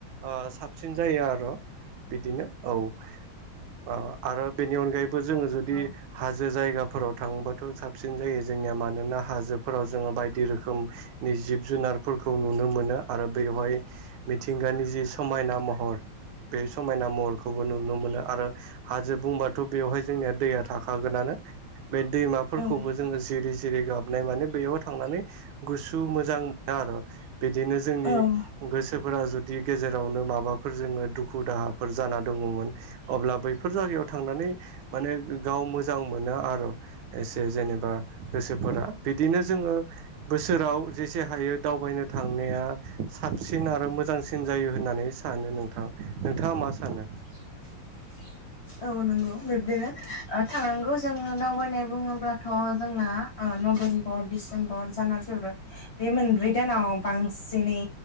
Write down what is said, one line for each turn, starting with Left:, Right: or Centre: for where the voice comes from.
Right: ओ साबसिन जायो आरो बिदिनो औ ओ आरो बेनि अनगायैबो जोङो जुदि
Left: औ
Right: हाजो जायगाफोराव थांबाथ' साबसिन जायो जोंनिया मानोना हाजोफोराव जोङो बायदि रोखोम नि जिब-जुनारफोरखौ नुनो मोनो आरो बेवहाय मिथिंगानि जि समायना महर बे समायना महरखौबो नुनो मोनो आरो हाजो बुंबाथ' बेवहाय जोंनिया दैया थाखागोनानो बे दैमाफोरखौबो
Left: औ
Right: जोङो जिरि जिरि गाबनाय माने बेयाव थांनानै गुसु मोजां मोनो आरो बिदिनो जोंनि
Left: औ
Right: गोसोफोरा जुदि गेजेरावनो माबाफोर जोङो दुखु-दाहाफोर जाना दङ'मोन अब्ला बैफोर जायगायाव थांनानै माने गाव मोजां मोनो आरो एसे जेनेबा गोसोफोरा बिदिनो जोङो बोसोराव जेसे हायो दावबायनो थांनाया साबसिन आरो मोजांसिन जायो होननानै सानो नोंथां, नोंथाङा मा सानो?
Left: <inaudible> औ नंगौ बिब्दिनो ओ थांनांगौ जों दावबायनाय बुङोब्लाथ' जोंना ओ नभेमबर, डिसेम्बर, जानुवारि, फेब्रुवारि बे मोनब्रै दानाव बांसिनै